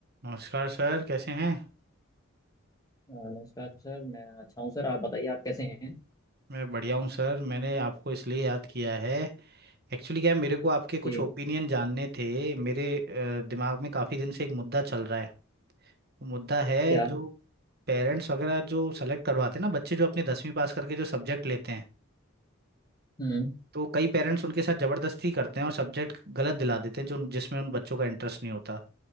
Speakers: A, on the right; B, on the left.
A: नमस्कार सर कैसे हैं
B: अ, नमस्कार सर मैं अच्छा हूँ सर आप बताइए आप कैसे हैं
A: मैं बढ़िया हूँ सर मैंने आपको इसलिए याद किया है एक्चुअली क्या है मेरे को आपके कुछ
B: जी
A: ओपिनियन जानने थे मेरे अ, दिमाग में काफ़ी दिन से एक मुद्दा चल रहा है वो मुद्दा है
B: क्या
A: जो पेरेंट्स वगैरह जो सेलेक्ट करवाते हैं ना बच्चे जो अपने दसवीं पास करके जो सब्जेक्ट लेते हैं
B: हम्म
A: तो कई पेरेंट्स उनके साथ ज़बरदस्ती करते हैं और सब्जेक्ट गलत दिला देते हैं जो जिसमें उन बच्चों का इंटरेस्ट नहीं होता